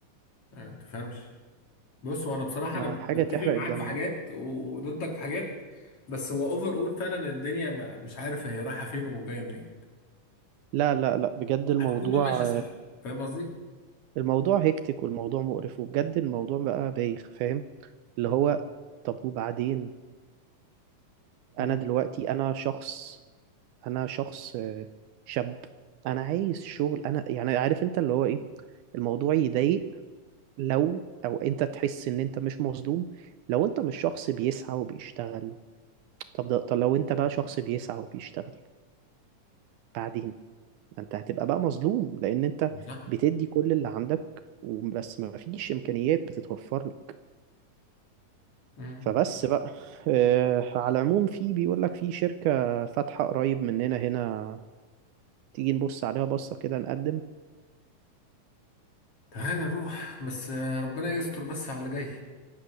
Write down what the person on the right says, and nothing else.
ما
حاجة
تحرق
الدم
بقى.
لا لا لا بجد الموضوع
الموضوع هيكتك والموضوع مقرف وبجد الموضوع بقى بايخ فاهم اللي
هو طب وبعدين
انا دلوقتي انا شخص انا شخص آه، شاب انا عايز شغل انا يعني عارف انت اللي هو ايه الموضوع يضايق لو او انت تحس ان انت مش مظلوم لو انت مش شخص بيسعى وبيشتغل طب ده طب لو انت بقى شخص بيسعى وبيشتغل بعدين ما انت هتبقى بقى مظلوم لان انت
بتدي كل اللي عندك وبس ما فيش امكانيات بتتوفر لك
فبس بقى آه على العموم في بيقول لك في شركة فاتحة قريب مننا هنا تيجي نبص عليها بصة كده نقدم